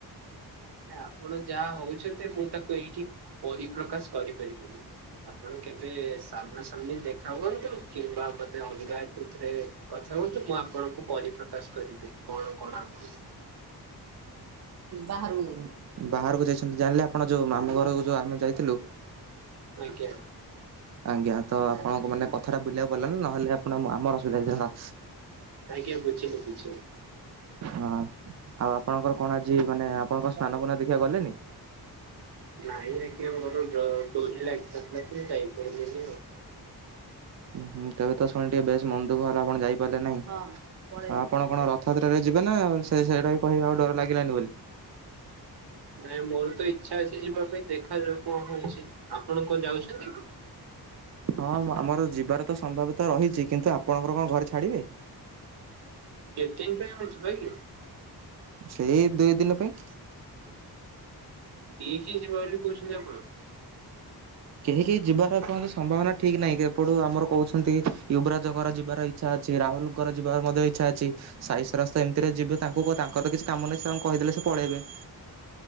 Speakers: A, on the right (about 75°); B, on the right (about 45°).
A: ହେ ଆପଣ ଯାହା ହଉଛନ୍ତି ମୁଁ ତାକୁ ଏଇଠି ପରିପ୍ରକାଶ କରିପାରିବିନି। ଆପଣ କେବେ ସାମ୍ନା ସାମ୍ନି ଦେଖା ହୁଅନ୍ତୁ କିମ୍ବା ମତେ ଅଲଗା କୋଉଥିରେ କଥା ହୁଅନ୍ତୁ ମୁଁ ଆପଣଙ୍କୁ ପରିପ୍ରକାଶ କରିବି କଣ କଣ ଆପଣ
B: ବାହାରକୁ ଯାଇଛନ୍ତି ଜାଣିଲେ ଆପଣ ଯୋଉ ମାମୁ ଘର ଯୋଉ ଆମେ ଯାଇଥିଲୁ
A: ଆଜ୍ଞା।
B: ଆଜ୍ଞା ତ ଆପଣଙ୍କ ମାନେ କଥାଟା ବୁଲିବାକୁ ପଡିଲାନି ନହେଲେ ଆପଣ ଆମର ଅସୁବିଧା ହେଇଥାନ୍ତା।
A: ଆଜ୍ଞା ବୁଝିଲି ବୁଝିଲି।
B: ହଁ ଆଉ ଆପଣଙ୍କର କଣ ଆଜି ମାନେ ଆପଣ କଣ ସ୍ନାନ ପୁର୍ଣ୍ଣିମା ଦେଖିବାକୁ ଗଲେନି?
A: ନାଇଁ ଆଜ୍ଞା ମୋର ଡ ଡୋରି ଲାଗିନଥିଲା ତ ମୁଁ ଯାଇପାରିଲିନି ଆଉ।
B: ହୁଁ ତେବେ ତ ଶୁଣି ଟିକେ ବେଶ ମନ ଦୁଃଖ ହେଲା ଆପଣ ଯାଇପାରିଲେ ନାହିଁ ଆ ଆପଣ
A: ଆଜ୍ଞା
B: କଣ ର ରଥଯାତ୍ରାରେ ଯିବେ ନା ସେଇ ସେଇଟା ହିଁ କହିବେ ଆଉ ଡୋରି ଲାଗିଲାନି ବୋଲି।
A: ନାଇଁ ମୋର ତ ଇଚ୍ଛା ଅଛି ଯିବା ପାଇଁ ଦେଖାଯାଉ କଣ ହଉଛି ଆପଣ କଣ ଯାଉଛନ୍ତି? କି?
B: ହଁ ଆମର ଯିବାର ତ ସମ୍ଭବତା ରହିଛି କିନ୍ତୁ ଆପଣଙ୍କର କଣ ଘରେ ଛାଡିବେ?
A: କେତେ ଦିନ ପାଇଁ ଆମେ ଯିବା କି
B: ସେଇ ଦୁଇ ଦିନ ପାଇଁ।
A: କିଏ କିଏ ଯିବା ବୋଲି କହୁଛନ୍ତି ଆପଣ?
B: କେହି କେହି ଯିବାର କଣ ସମ୍ଭାବନା ଠିକ ନାହିଁ ଏପଟୁ ଆମର କହୁଛନ୍ତି ୟୂବରାଜ ଘର ଯିବାର ଇ ଇଚ୍ଛା ଅଛି ରାହୁଲଙ୍କର ଯିବାର ମଧ୍ୟ ଇଚ୍ଛା ଅଛି। ସାଇସରାସ୍ ତ ଏମିତିରେ ଯିବେ ତାଙ୍କୁ ତାଙ୍କର ତ କିଛି କାମ ନାହିଁ ସେ ତାଙ୍କୁ କହିଦେଲେ ସେ ପଳେଇବେ।